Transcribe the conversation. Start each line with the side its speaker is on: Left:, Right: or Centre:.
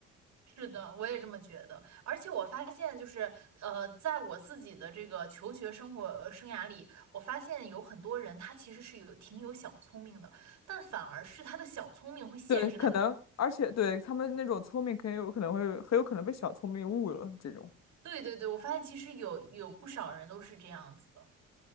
Right: 是的，我也这么觉得。而且我发现，就是呃，在我自己的这个求学生活呃生涯里，我发现有很多人他其实是有挺有小聪明的，但反而是他的小聪明会限制他。
Left: 对，可能，而且对他们那种聪明，很有可能会很有可能被小聪明误了这种。
Right: 对对对，我发现其实有有不少人都是这样子的，